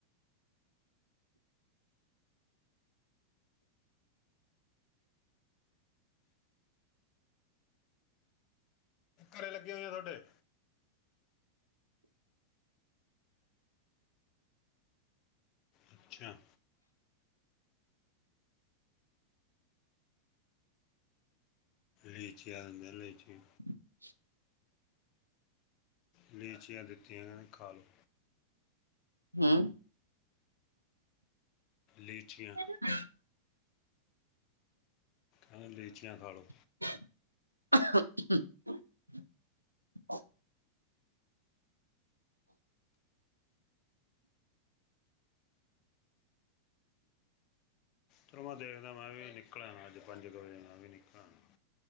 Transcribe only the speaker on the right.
<inaudible>
ਹਂ
<inaudible>
<inaudible>